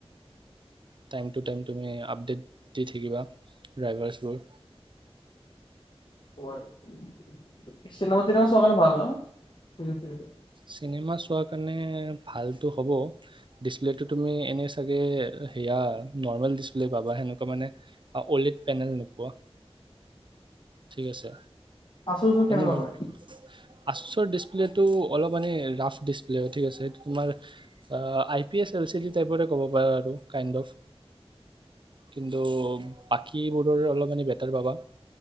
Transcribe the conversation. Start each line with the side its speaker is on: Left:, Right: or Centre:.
Right: টামটো টাইম তুমি আপডেট দি থাকিবা ড্ৰাইভাৰছবোৰ
Left: চিনেমা তিনামা চোৱাৰ কাৰণে ভাল ন
Right: চিনেমা চোৱাৰ কাৰণে ভালটো হ'ব ডিছপ্লেটো তুমি এনেই চাগে সেয়া নৰ্মেল ডিচপ্লে' পাবা সেনেকুৱা মানে অ'লড পেনেল নোপোৱা ঠিক আছে
Left: আচুৰ চাচুৰ
Right: এনে
Left: কেনেকুৱা
Right: লয়
Left: পায়?
Right: আ যিহেতু অলপ মানে ৰাফ ডিছপ্লে হয় ঠিক আছে সেই তোমাৰ I P S L C D টাইপৰে ক'ব পাৰা আৰু কাইণ্ড অফ কিন্তু বাকীবোৰৰ অলপ মান বেটাৰ পাবা